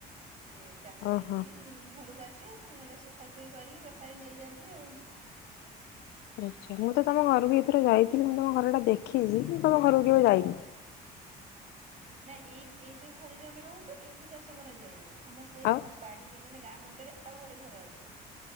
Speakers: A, on the right; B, on the left.
A: ସେ ଚାଷ
B: ଓହୋ।
A: ହେଇକି ଘରକୁ ଆସେ ପୁଣି ଏଇଟା ଶ ସୁଖାପୁଖି କରିକି ବେପାରୀ ନେଇଯାଆନ୍ତି ଆଉ।
B: ଆଚ୍ଛା ମୁଁ ତମ ଘର ବି ଏଥରେ ଯାଇଥିଲି ମୁଁ ତମ ଘର ଟା ଦେଖି ଦେଖିଛି ତମ ଘରକୁ କେବେ ଯାଇନି।
A: ନା ଏଇ ଏଇ ଯୋଉ ଘରେ ଯୋଉ ଆମେ ରହୁଛୁ, ଏଠି ଚାଷ କରାଯାଏ ନାାଇଁ ଆମ ସେ
B: ଆଉ
A: ବାଡି ମାନେ ଗାଁ ମୁଣ୍ଡରେ ଆଉ ଗୋଟେ ଘର ଅଛି